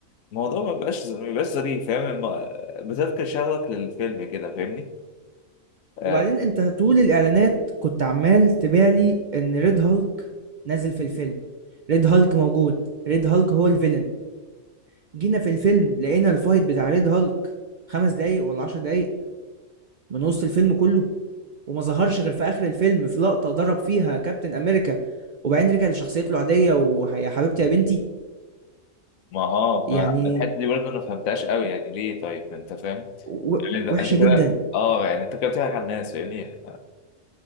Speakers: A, on the left; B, on the right.
A: الموضوع ما بيبقاش ما بيبقاش ظريف فاهم الم... بتفقد شغفك للفيلم كده فاهمني آه
B: وبعدين انت طول الاعلانات كنت عمال تبيع لي ان ريد هالك نازل في الفيلم ريد هالك موجود ريد هالك هو الفيلن جينا في الفيلم لقينا الفايت بتاع ريد هالك خمس دقايق ولا عشر دقايق من وسط الفيلم كله وما ظهرش غير في اخر الفيلم في لقطة ضرب فيها كابتن امريكا وبعدين رجع لشخصيته العادية ويا حبيبتي يا بنتي
A: ما اه
B: يعني
A: ما الحته دي برضه انا ما فهمتهاش قوي يعني ليه طيب ما انت فاهم
B: و-
A: يعني ده-
B: وحشة
A: انت كده
B: جدا
A: اه يعني انت كده بتضحك على الناس فاهمني يعني